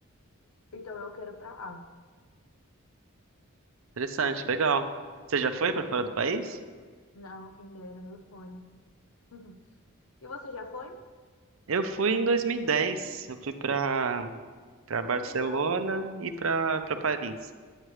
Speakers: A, on the left; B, on the right.
A: então eu quero ir para lá.
B: Interessante, legal. Você já foi pra fora do país?
A: Não, quem dera, meu sonho. <laughs> E você já foi?
B: Eu fui em 2010. Eu fui pra para Barcelona
A: Ai, que legal.
B: e pra para Paris.